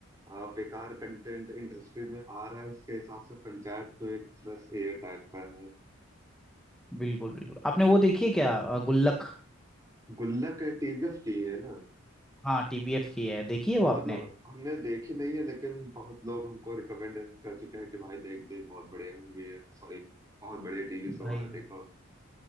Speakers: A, on the right; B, in the centre.
A: अ, बेकार कंटेंट इंडस्ट्री में आ रहा है उसके हिसाब से पंचायत तो एक फ्रेश एयर टाइप का है
B: बिल्कुल बिल्कुल आपने वो देखी है क्या अ, गुल्लक
A: गुल्लक टीवीएफ की है ना
B: हाँ टीबीएफ की है देखी है
A: हाँ
B: वो आपने
A: मतलब हमने देखी नहीं है लेकिन बहुत लोग हमको रिकमेंड कर चुके हैं कि भाई देख देख बहुत बढ़िया मूवी है सॉरी बहुत बढ़िया टीवी शो
B: भाई
A: है देखो